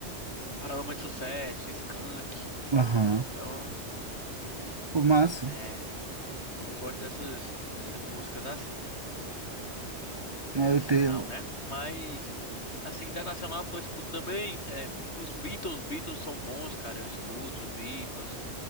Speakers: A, on the left; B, on the right.
A: Paralamas de Sucesso, Skank.
B: Aham.
A: Então,
B: Pô, massa.
A: é, eu gosto dessas dessas músicas assim, cara.
B: Ah,
A: nacional,
B: Eu tenho.
A: né? Mas, assim, internacional que eu escuto também, é, os Beatles, Beatles são bons, cara, eu escuto os Beatles,